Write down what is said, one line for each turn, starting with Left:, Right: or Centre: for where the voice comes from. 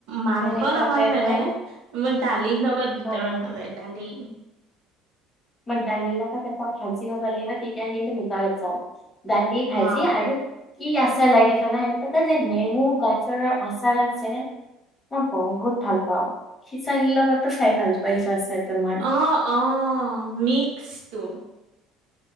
Right: মাংস
Left: তেনেকুৱা
Right: নহয়
Left: টাইপ
Right: মানে
Left: হয়
Right: মোৰ দালিৰ লগত ভিতৰত
Left: অ
Right: নাযায় দালি
Left: মই দালি প্ৰথম এ সচি গব লাগিব তেতিয়া কিন্তু ভিতৰত যাও দালি ভাজি
Right: অ
Left: আৰু কি আচাৰ লাগে জানাই এটা যে নেমু গাজৰৰ আচাৰ আছে অ বহুত ভাল পাওঁ সিচাৰ লগততো চাই ভাল পাও এই আচাৰটো মই
Right: অঁ অঁ মিক্সটো